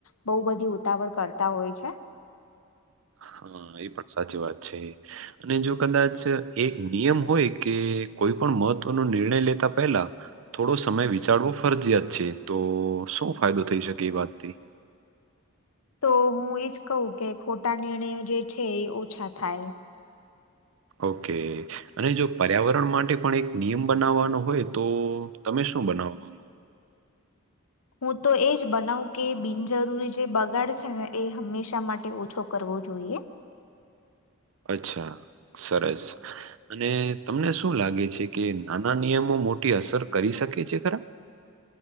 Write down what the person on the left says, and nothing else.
બહુ બધી ઉતાવળ કરતા હોય છે.
તો હું એજ કહું કે ખોટા નિર્ણયો જે છે એ ઓછા થાય.
હું તો એ જ બનાઉ કે બિનજરૂરી જે બગાડ છે ને એ હંમેશા માટે ઓછો કરવો જોઈએ.